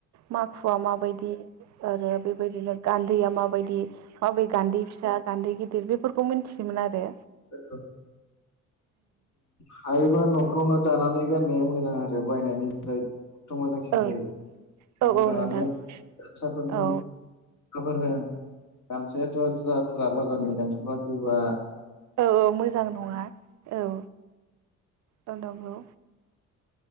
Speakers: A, on the right; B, on the left.
A: माखुवा माबायदि आरो बेबायदिनो गान्दैया माबायदि माबै गान्दै न्दै फिसा गान्दै गिदिर बेफोरखौ मिन्थियोमोन आरो।
B: <unintelligible> हायोबा नफ्रावनो दानानै गाननाया मोजां आरो बायनायनिफ्राय खथथ' मोजांसिन
A: औ
B: जायो
A: औ
B: नआव
A: औ
B: दानानै
A: नोंथां
B: गानबा गामसाफोरखौ
A: औ
B: साफोरा गामसायाथ जाथ्रारा बाजारनि गामसफ्रा गोबा
A: औ औ मोजां नङा औ। ओं नोंगौ।